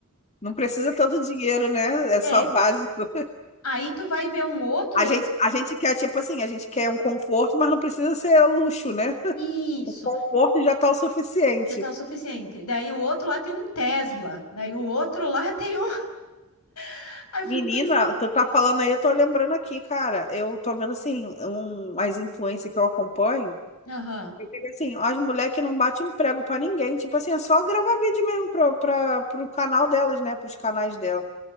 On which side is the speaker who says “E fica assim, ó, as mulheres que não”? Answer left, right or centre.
Left